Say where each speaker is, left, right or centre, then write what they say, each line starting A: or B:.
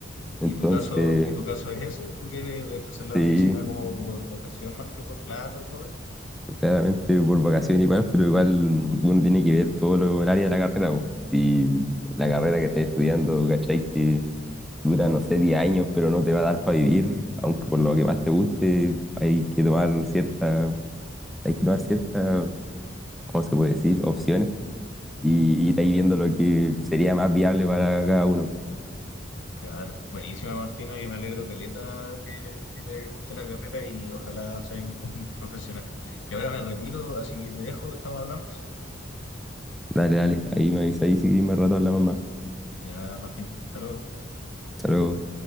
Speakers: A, in the centre; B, on the left (about 70°).
A: Entonces,
B: ¿Y tu caso, y tu caso es ese? ¿Tú quieres ejercer la
A: sí,
B: medicina como por vocación más que por plata o todo eso?
A: claramente por vocación igual, pero igual uno tiene que ver todo lo, el área de la carrera, po. Y la carrera que estás estudiando, ¿cachai? Que dura, no sé, 10 años, pero no te va a dar para vivir, aunque por lo que más te guste, hay que tomar cierta, hay que tomar ciertas, ¿cómo se puede decir? Opciones y
B: Ujú.
A: ir ahí viendo lo que sería más viable para cada uno.
B: Claro, buenísima Martino, yo me alegro caleta que, que te guste la carrera y ojalá seas un <laughs> un profesional. Y ahora me retiro, así que te dejo, estamos hablando, sí.
A: Dale, dale, ahí me avisáis si queréis más rato hablamos más.
B: Ya, Martín, hasta luego.
A: Hasta luego.